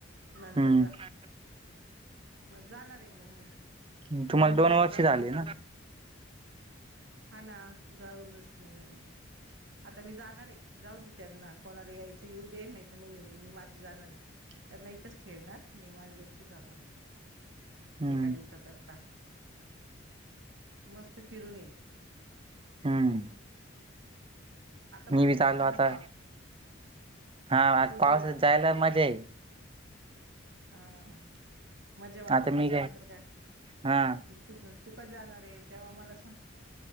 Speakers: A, on the right; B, on the right.
A: नंतर
B: हम्म
A: जा‌. मग जाणार आहे मग मी.
B: तुम्हाला
A: दोन दिवसा
B: वर्ष
A: करता
B: झाले
A: मस
B: ना
A: हा ना जाऊनच नाही अजुन आता मी जाणार आहे. जाऊ दे त्यांना. कोणाला यायच येऊ दे नाही तर नाही येऊ दे. मी माझी जाणार आहे. त्यांना इथच ठेवणार. मी माझी एकटी जाऊण येणार.
B: हम्म
A: एका दिवसा करता मस्त फिरून येईल.
B: हम्म
A: आता भारी
B: मी बी
A: वाटतं
B: चाललो आता.
A: ना पाव
B: हा आता
A: तू गेला
B: पावसात जायला मजा आहे.
A: हा मजा वाटती.
B: आता
A: मग
B: मी
A: नंतर काय?
B: हा
A: तू तू कध जाणार आहे तेव्हा मला सांग.